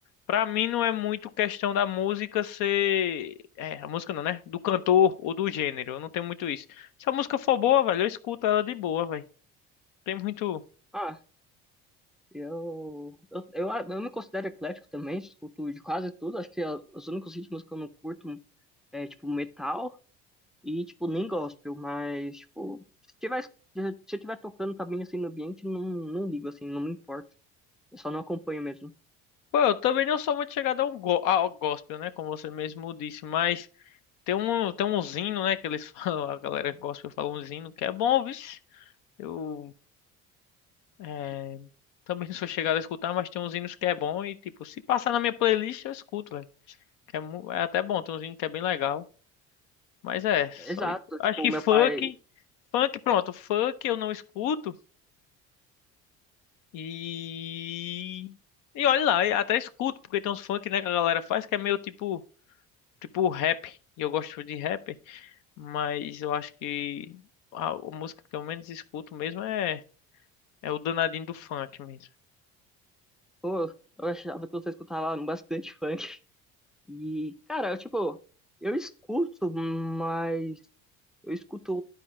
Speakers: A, on the left; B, in the centre.
A: pra mim não é muito questão da música ser, é, a música não, né? Do cantor ou do gênero. Eu não tenho muito isso. Se a música for boa, velho, eu escuto ela de boa, velho. Tem muito.
B: Ah, eu, eu, eu, eu me considero eclético também, escuto de quase tudo. Acho que a- os únicos ritmos que eu não curto é, tipo, metal e, tipo, nem gospel. Mas, tipo, se tiver, se eu tiver tocando também, assim, no ambiente, não, não ligo, assim, não me importo. Eu só não acompanho mesmo.
A: Pô, eu também não sou muito chegado ao, go ao gospel, né? Como você mesmo disse, mas tem um, tem um hino, né? Que eles <laughs> falam, a galera gospel fala um hino que é bom, viu? Eu É, também não sou chegado a escutar, mas tem uns hinos que é bom e, tipo, se passar na minha playlist, eu escuto, velho. Que é, mu- é até bom, tem uns hinos que é bem legal. Mas é, só
B: Exato,
A: isso.
B: tipo,
A: Acho que
B: o meu
A: funk,
B: pai...
A: funk, pronto, funk eu não escuto e... E olha lá, eu até escuto, porque tem uns funk, né, que a galera faz que é meio tipo, tipo rap, e eu gosto de rap, mas eu acho que a, a música que eu menos escuto mesmo é, é o danadinho do funk mesmo.
B: Pô, eu achava que você escutava bastante funk. E, cara, eu, tipo, eu escuto, mas eu escuto